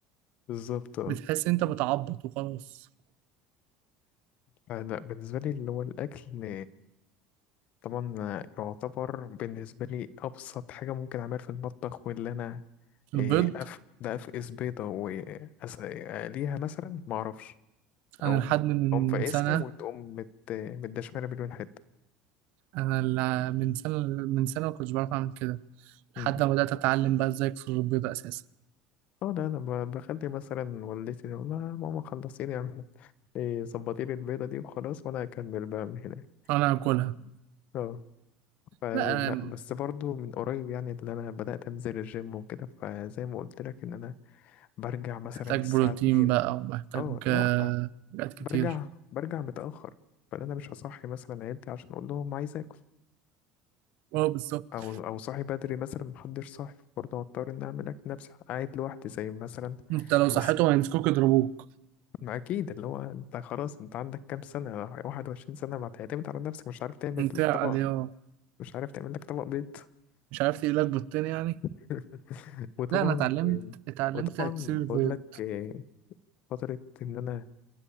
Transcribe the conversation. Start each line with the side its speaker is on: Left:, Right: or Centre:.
Left: بالظبط اه
Right: بتحس انت بتعبط وخلاص
Left: لا بالنسبه لي اللي هو الاكل طبعا يعتبر بالنسبة لي أبسط حاجة ممكن أعملها في المطبخ واللي أنا
Right: البيض
Left: إيه، أف ده أفقس بيضة وأقليها مثلا معرفش
Right: انا
Left: أقوم
Right: لحد من
Left: أقوم فاقسها
Right: سنة
Left: وتقوم مت... متدشملة مليون حتة
Right: انا ال- من سنة من سنة ما كنتش بعرف اعمل كده لحد
Left: مم.
Right: ما بدأت اتعلم بقى ازاي اكسر البيض اساسا
Left: اه ده أنا ب- بخلي مثلا والدتي تقول لها ماما خلصي لي اعمل- إيه، ظبطي لي البيضة دي وخلاص وأنا هكمل بقى من هناك
Right: انا اكلها
Left: اه فلا
Right: لا انا
Left: بس برضو من قريب يعني اللي أنا بدأت أنزل الجيم وكده فزي ما قلت لك إن أنا برجع مثلا
Right: محتاج
Left: الساعة
Right: بروتين
Left: اتنين
Right: بقى ومحتاج
Left: اه لا
Right: آه،
Left: انا
Right: حاجات كتير
Left: برجع برجع متأخر فانا مش هصحي مثلا عيلتي عشان اقول لهم عايز اكل
Right: اه بالظبط
Left: او او صاحي بدري مثلا محدش صاحي برضه هضطر ان اعمل اكل نفسي قاعد لوحدي زي مثلا
Right: انت لو صحيتهم
Left: بس
Right: هيمسكوك يضربوك
Left: ما اكيد اللي هو انت خلاص انت عندك كام سنة 21 سنة ما تعتمد على نفسك مش عارف تعمل
Right: انت
Left: طبق
Right: عليه اه
Left: مش عارف تعمل لك طبق بيض
Right: مش عارف تقيلك بالتاني يعني
Left: <laughs> وطبعا
Right: لا انا اتعلمت اتعلمت
Left: وطبعا
Right: تكسير البيض
Left: بقول لك آه، فترة ان انا